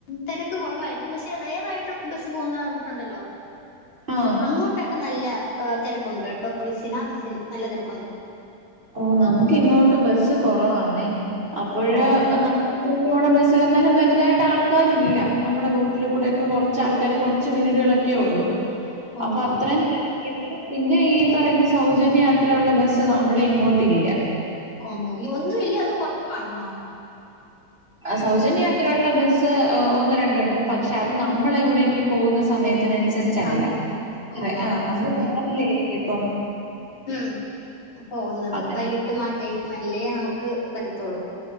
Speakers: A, on the left; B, on the right.
A: തിരക്ക് കുറവായിരിക്കും പക്ഷെ റയറായിട്ട് ബസ്സ് പോകുന്ന റൂട്ടുണ്ടല്ലോ
B: ആ
A: അങ്ങോട്ടൊക്ക നല്ല അഹ് തെരെക്കുണ്ട് ട്ടോ ബസിന ബസിൻ നല്ല തിരക്കുണ്ട്
B: ഓ നമുക്ക് ഇങ്ങോട്ട് ബസ്സ് കുറവാണ് <unintelligible> അപ്പോഴെ
A: ഓ
B: നമ്മൾ <unintelligible> പോണ ബസ്സിൽ എന്തായാലും വലുതായിട്ട് ആൾക്കാരില്ല നമ്മുടെ റൂട്ടിൽ കൂടെയൊക്കെ കുറച്ച് ആൾക്കാര് കുറച്ച് വീടുകളൊക്കെ ഉള്ളു
A: ഓ
B: അപ്പൊ അത്രയും
A: ഓ
B: തിരക്കില്ല പിന്നെ ഈ പറയുന്ന സൗജന്യ യാത്ര ഉള്ള ബസ്സ് നമ്മുടെയും അങ്ങോട്ടില്ല
A: ഓഹ് ഒന്നും ഇല്യേ അതോ കൊറവാണെന്നോ
B: സൗജന്യയാത്ര ഉള്ള ബസ്സ് ഒന്ന് രണ്ടുണ്ട് പക്ഷെ അത് നമ്മൾ എവിടെയെങ്കിലും പോകുന്ന സമയത്ത് അതിനനുസരിച്ചല്ല
A: സമയത്ത് ഓ
B: ആ നമ്മൾ
A: സമയം
B: രാവിലെ ഇപ്പം
A: ഉം പോകുന്നത്
B: അങ്ങനെ
A: വൈകിട്ടും ആ ടൈം അല്ലേ നമുക്ക് നമുക്ക് പറ്റത്തൊളു